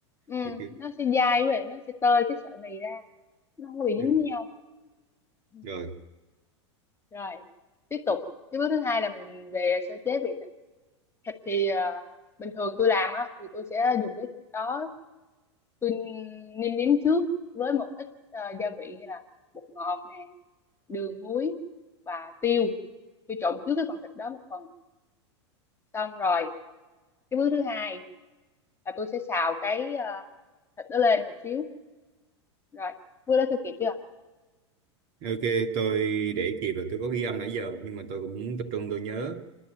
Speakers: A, on the left; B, on the right.
A: ừ.
B: Kiểu kiểu
A: nó sẽ dai với lại nó sẽ tơi cái sợi mì ra nó không có bị dính
B: ừ.
A: với nhau Ừ.
B: Rồi,
A: rồi tiếp tục cái bước thứ hai là mình về sơ chế vị thịt thịt thì ờ, bình thường tôi làm á thì tôi sẽ dùng cái thịt đó tôi nêm nếm trước với một ít ờ, gia vị như là bột ngọt nè đường muối và tiêu tôi trộn trước cái con thịt đó một phần xong rồi cái bước thứ hai là tôi sẽ xào cái ờ, thịt đó lên một xíu rồi bước đó tôi kịp chưa
B: ok tôi để kịp rồi tôi có ghi âm nãy giờ nhưng mà tôi cũng tập trung tôi nhớ.